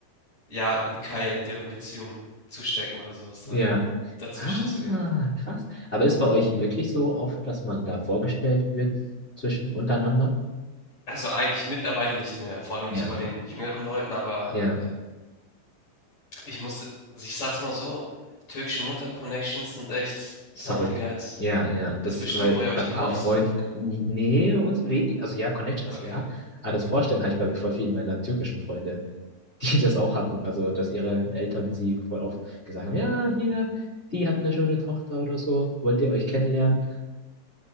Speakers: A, on the left; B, on the left.
A: ja, 'n Keil in deren Beziehung zu stecken oder sowas
B: ja.
A: halt, dazwischen
B: Ah,
A: zu gehen.“
B: krass. Aber ist bei euch wirklich so oft, dass man da vorgestellt wird zwischen untereinander?
A: Also eigentlich mittlerweile nicht mehr, vor allem
B: Ja,
A: nicht bei
B: okay.
A: den jüngeren Leuten, aber
B: ja
A: ich muss, also, ich sag's mal so, türkische Mutter-Connections sind echt something
B: Verrückt.
A: else.
B: Ja, ja, das,
A: Ist bestimmt
B: weil
A: bei euch
B: bei ein
A: genauso.
B: paar Freunden,
A: <laughs>
B: nee, bei uns wenig, also ja, Connections,
A: Okay.
B: ja, aber das Vorstellen habe ich bei voll vielen meiner türkischen Freunde, <laughs> die das auch hatten, also dass ihre Eltern sie voll oft gesagt haben, ja, hier, die hatten eine schöne Tochter oder so, wollt ihr euch kennenlernen?